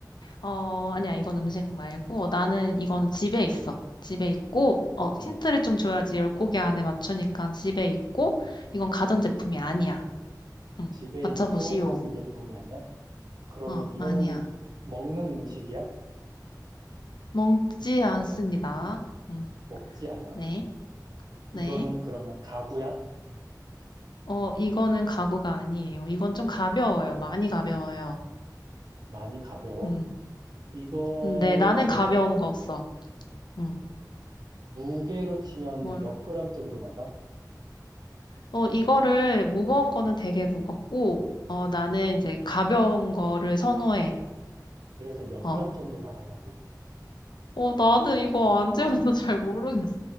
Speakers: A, on the left; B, on the right.
A: 어, 아니야, 이건 음식 말고, 나는 이거는 집에 있어. 집에 있고, 어,
B: 음,
A: 힌트를 좀 줘야지 10고개 안에 맞추니까 집에
B: 음.
A: 있고, 이건 가전제품이 아니야. 응,
B: 집에
A: 맞춰보시오.
B: 있고 가전제품이 아니야? 그러면
A: 어,
B: 이거는
A: 아니야.
B: 먹는 음식이야?
A: 먹지 않습니다. 응,
B: 먹지 않아.
A: 네,
B: 이거는
A: 네.
B: 그러면 가구야?
A: 어, 이거는 가구가 아니에요. 이건 좀 가벼워요. 많이 가벼워요.
B: 많이 가벼워?
A: 음.
B: 이거를
A: 근데 나는 가벼운 거 없어. 음.
B: 무게로 치면
A: 뭘?
B: 몇 그램 정도 나가?
A: 어, 이거를 무거운 거는 되게 무겁고, 어, 나는 이제 가벼운 거를 선호해.
B: 그래서 몇
A: 어.
B: 그램 정도 나가냐고.
A: 어, 나는 이거 안 재봐서 <laughs> 잘 모르겠어.